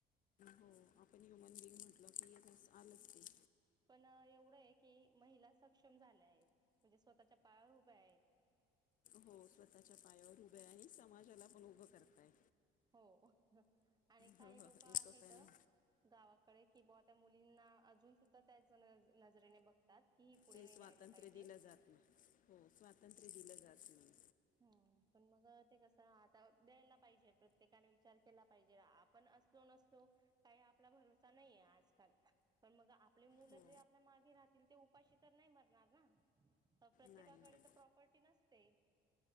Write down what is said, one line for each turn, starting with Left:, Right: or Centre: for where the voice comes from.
Left: हो आपण ह्युमन बिंग म्हटलं की आलंच की
Right: पण एवढं आहे की महिला सक्षम झाल्या आहेत म्हणजे स्वतःच्या पायावर हुभ्या आहेत
Left: हो स्वतःच्या पायावर हुभ्या आहे आणि समाजाला पण हुभ करताय
Right: हो आणि काही
Left: हो, हो,
Right: लोक आहेत
Left: एकोप्याने
Right: गावात कळे कि बावा त्या मुलींना अजून सुद्धा त्याच जण नजरेने बघतात कि ही पुढे
Left: ते
Right: नाही
Left: स्वातंत्र्य
Right: जायला पाहिजे
Left: दिलं जात नाही हो स्वातंत्र्य दिलं जात नाही
Right: हम् पण मग ते कसं आता द्यायला पाहिजे् प्र प्रत्येकाने विचार केला पाहिजे आपण असलो नसलो काही आपला भरोसा नाहीे आजकाल पण मग आपले मुलं
Left: हो
Right: जे आपल्या मागे राहतील ते उपाशी तर नाही मरणार ना अ <unintelligible> प्रत्येकाकडे
Left: नाही नाही
Right: तर प्रॉपर्टी नसते